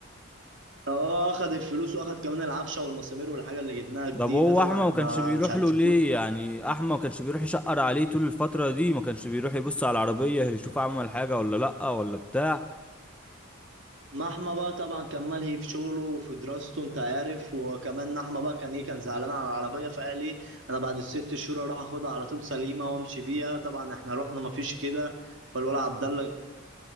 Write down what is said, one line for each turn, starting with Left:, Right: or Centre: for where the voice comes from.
Right: اه اخد الفلوس واخد كمان العفشه والمسامير والحاجه اللي جبناها جديده
Centre: ده هو
Right: طبعا
Centre: احمد ما
Right: احنا
Centre: كانش بيروح
Right: مش هنسكت
Centre: له ليه يعني احمد ما كانش بيروح يشقر عليه طول الفتره دي ما كانش بيروح يبص على العربيه يشوف عمل حاجه ولا لا ولا بتاع
Right: محمى بقى طبعا كمل هي في شغله وفي دراسته انت عارف وكمان نحمة بقى كان ايه كان زعلان على العربية فقال ايه انا بعد الست شهور اروح اخدها على طول سليمة وامشي بيها طبعا احنا رحنا مفيش كده فالولد عبد الله